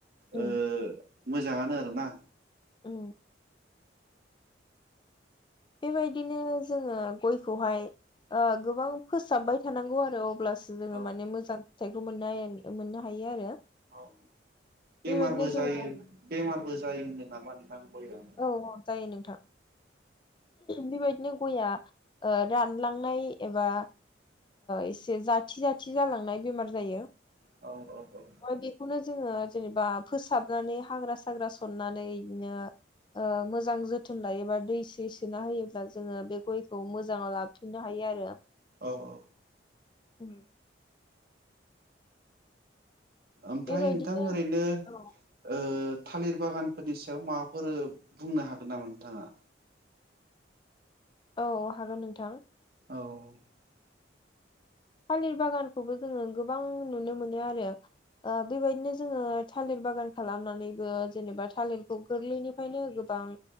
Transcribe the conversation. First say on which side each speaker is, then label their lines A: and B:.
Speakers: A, on the left; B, on the right.
A: उम
B: ओ मोजाङानो आरोना
A: औ बेबायदिनो जोङो गयखौहाय ओ गोबां फोसाबबाय थानांगौ आरो अब्लासो जोङो
B: औ
A: माने मोजां फिथाइखौ मोन मोननो हायो आरो
B: औ
A: बेबायदिनो
B: बेमारबो जायो
A: जोङो
B: बेमारबो जायो होनदों नामा नोंथां गया?
A: औ औ जायो नोंथां बेबायदिनो गयआ रानलांनाय एबा एसे जाथि जाथि जालांनाय बेमार जायो।
B: औ औ
A: बेखौनो जोङो जेनेबा फोसाबनानै हाग्रा साग्रा सननानै बिदिनो ओ मोजां जोथोन लायोबा दै सै सोना होयोब्ला जोङो बे गयखौ मोजाङाव लाबोफिननो हायो आरो
B: औ औ
A: ओम
B: ओमफ्राय
A: बेबायदिनो
B: नोंथां ओरैनो
A: औ
B: ओ थालिर बागानफोरनि सायाव माबाफोर बुंनो हागोन नामा नोंथाङा
A: औ हागोन नोंथां
B: औ
A: थालिर बागानखौबो जोङो गोबां नुनो मोनो आरो ओ बेबायदिनो जोङो थालिर बागान खालामनानैबो जेनेबा थालिरखौ गोरलैनिफ्रायनो गोबां